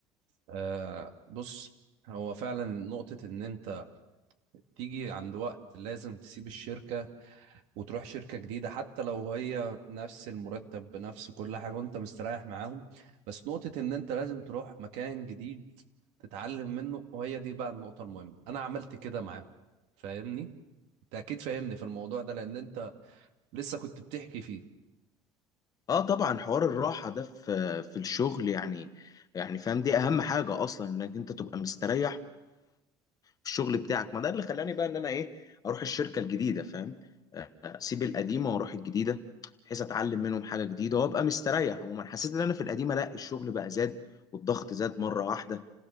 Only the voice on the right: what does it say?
آه بص هو فعلا نقطة ان انت تيجي عند وقت لازم تسيب الشركة وتروح شركة جديدة حتى لو هي نفس المرتب بنفس كل حاجة وانت مستريح معاهم بس نقطة ان انت لازم تروح مكان جديد تتعلم منه وهي دي بقى النقطة المهمة انا عملت كده معاهم فاهمني انت اكيد فاهمني في الموضوع ده لان انت لسه كنت بتحكي فيه